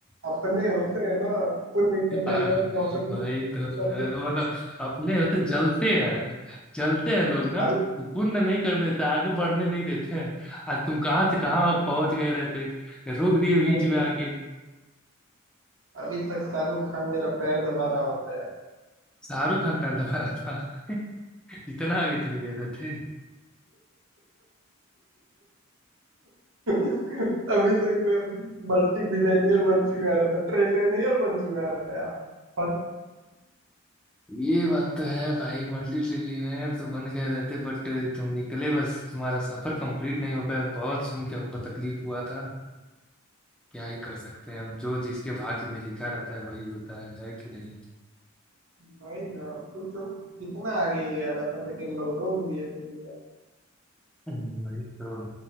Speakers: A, on the right (about 75°); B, in the centre.
A: अपने होते हैं ना पुण्य करने
B: हाँ,
A: जाओ तो अपने
B: भाई तो
A: सब
B: मतलब अपने होते जलते हैं जलते हैं लोग ना
A: अभी
B: पुण्य नहीं करने देते आगे बढ़ने नहीं देते हैं आज तुम कहाँ से कहाँ पहुंच गए रहते रोक दिए बीच
A: अभी
B: में आके
A: अभी तक शाहरुख खान मेरा पैर दबा रहा होता है यार
B: शाहरुख खान पैर दबा रहा था <laughs> इतना आगे चले गए रहते
A: अभी तक मैं मल्टी बिलियनियर बन चुका रहता ट्रिलियनियर बन चुका रहता यार पर
B: ये बात तो है भाई मल्टी ट्रिलियनेयर तो बन गए रहते बट तुम निकले बस तुम्हारा सफर कंप्लीट नहीं हो पाया बहुत सुन के हमको तकलीफ हुआ था क्या ही कर सकते हैं अब जो चीज के भाग्य में लिखा रहता है वही होता है, है कि नहीं
A: वही ना तू तो कितना आगे गया रहता लेकिन लोग रोक दिए मुझे यार
B: हम्म, वही तो